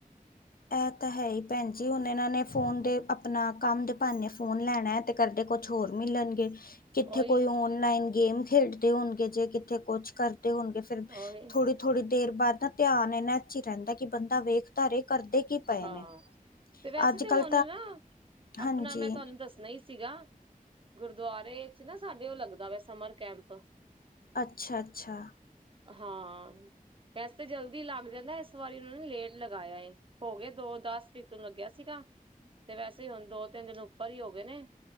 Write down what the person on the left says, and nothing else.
ਇਹ ਤਾਂ ਹੈ ਹੀ ਭੈਣ ਜੀ ਹੁਣ ਇਹਨਾਂ ਨੇ ਫੋਨ ਦੇ ਆਪਣਾ ਕੰਮ ਦੇ ਬਾਨੇ ਫੋਨ ਲੈਣਾ। ਤੇ ਕਰਦੇ ਕੁਛ ਹੋਰ ਮਿਲਣਗੇ। ਕਿੱਥੇ
ਕੋਈ ਔਨਲਾਈਨ ਗੇਮ ਖੇਡਦੇ ਹੋਣਗੇ ਜੇ ਕਿੱਥੇ ਕੁਛ ਕਰਦੇ ਹੋਣਗੇ ਫੇਰ
ਥੋੜੀ ਥੋੜੀ ਦੇਰ ਬਾਅਦ ਨਾ ਧਿਆਨ ਇੰਨਾ ਇ ਚ ਰਹਿੰਦਾ ਕਿ ਬੰਦਾ ਵੇਖਦਾ ਰੇ ਕਰਦੇ ਕੀ ਪਏ
ਨੇ।
ਅੱਜ
ਕੱਲ
ਹਾਂਜੀ
ਅੱਛਾ-ਅੱਛਾ।